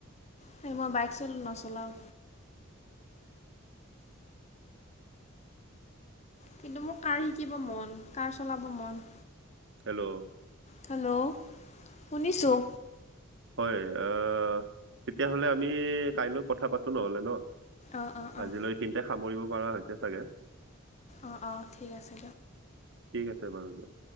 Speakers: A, on the left; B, on the right.
A: হে, মই বাইক চোন নচলাওঁ। কিন্তু মোৰ কাৰ শিকিব মন, কাৰ চলাব মন।
B: হেল্ল'
A: হেল্ল' শুনিছোঁ।
B: হয় আ, তেতিয়াহ'লে আমি কাইলৈ কথা পাতো নহ'লে ন?
A: অঁ অঁ অঁ
B: আজিলৈ এইখিনিতে সামৰিব পৰা হৈছে চাগে।
A: অঁ অঁ ঠিক আছে
B: ঠিক আছে বাৰু দিয়ক।